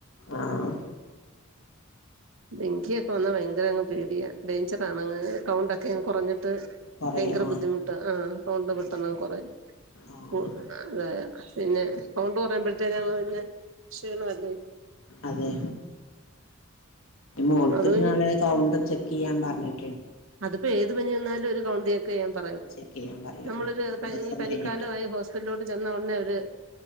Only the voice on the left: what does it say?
ആഹ്
പറയൂ
ആഹ്
ആഹ്
അതെ മോൾക്ക്
നാളെ കൗണ്ട് ചെക്ക് ചെയ്യാൻ പറഞ്ഞി-
ചെക്ക് ചെയ്യാൻ പറയും
മൂന്ന്
ദിവസം
കഴിഞ്ഞിട്ട്